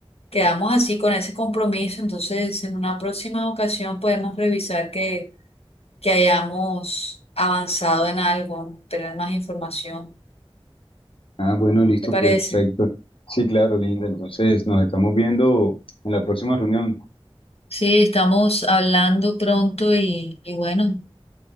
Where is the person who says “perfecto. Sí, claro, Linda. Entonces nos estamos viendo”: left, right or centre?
Left